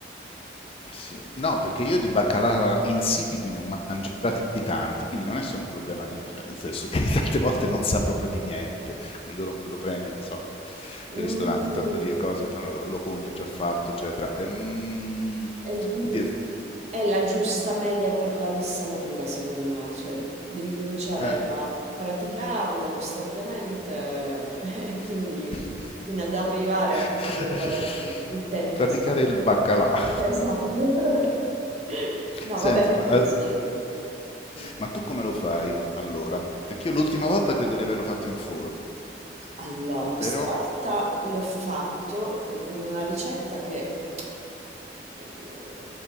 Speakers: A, on the left (about 30°); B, on the right (about 40°).
A: Sì. No, perché io di baccalà insipidi ne ho mangiati tanti, quindi non è solo un problema mio, cioè, nel senso che <laughs> tante volte non sa proprio di niente. Quando lo, lo prendi, ne so,
B: Mm,
A: ristoranti,
B: mm,
A: trattorie,
B: mm.
A: cose, cioè, lo, lo, compri già fatto, eccetera. E, mm,
B: È lì-
A: quindi, è-
B: è la giusta media per la dissalatura, secondo me, cioè devi cominciare
A: eh.
B: a praticarlo costantemente <laughs> e quindi
A: <laughs>
B: fino ad arrivare a capire qual è il tempo
A: praticare
B: esatto.
A: il baccalà. <laughs>
B: Esatto. <laughs> No,
A: Senti,
B: vabbè, ma è
A: ma,
B: così.
A: eh,
B: Mm.
A: Ma tu come lo fai allora? Perché io l'ultima volta credo di averlo fatto in forno,
B: Allora, questa
A: però...
B: volta l'ho fatto mm, con una ricetta che Mm,